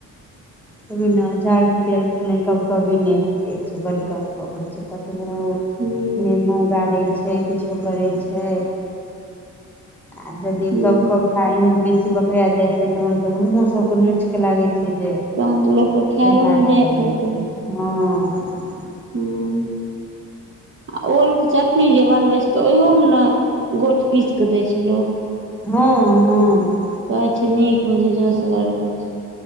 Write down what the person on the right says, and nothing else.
ह
हूँ
तहन तऽ लोक के खेएलो
नै जाइत
हेतै।
हूॅं आ ओल के चटनी जे बनबै छै तऽ ओहियहो मे ने गोट पीसकेऽ दै छै लोक।
कहै छै नीक होइ छै झसगर होइ छै